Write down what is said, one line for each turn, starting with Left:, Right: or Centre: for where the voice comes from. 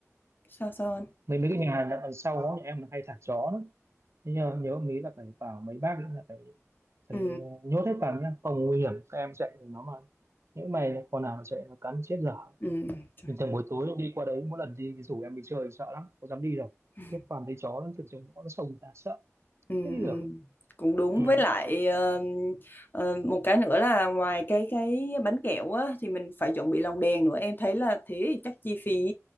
Left: sao sao anh
Right: mấy mấy cái nhà hàng đằng sau đó nhà em hay thả chó đó thế nhớ nhớ mấy là phải vào mấy bác ấy là phải phải
Left: ừ
Right: nhốt hết vào nhá không nguy hiểm các em chạy nó mà những mày còn nào mà chạy nó cắn chết dở
Left: ừ trời.
Right: bình thường buổi tối đi qua đấy mỗi lần đi rủ em đi chơi sợ lắm có dám đi đâu
Left: <laughs>
Right: khiếp toàn thấy chó nó từ trong ngõ nó sông người ta sợ
Left: ừ
Right: chết đi
Left: ừ.
Right: được
Left: cũng đúng
Right: ừ.
Left: với lại ờ, ờ, một cái nữa là ngoài cái cái bánh kẹo á thì mình phải chuẩn bị lòng đèn nữa em thấy là thế thì chắc chi phí